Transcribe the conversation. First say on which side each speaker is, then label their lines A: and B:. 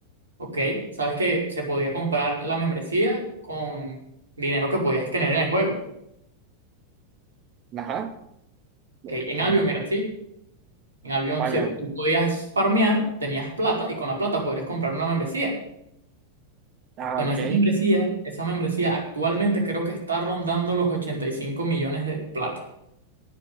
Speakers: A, on the right; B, on the right.
A: ¿ok? Sabes que se podía comprar la membresía con dinero que podías tener en el juego, ¿ok?
B: ajá, ok,
A: En
B: ajá,
A: Albion era así. En Albion
B: vaya.
A: se- tú podías farmear, tenías plata y con la plata podrías comprar una membresía.
B: Ah,
A: Bueno,
B: ok,
A: esa membresía, esa membresía actualmente creo que está rondando los 85 millones de plata.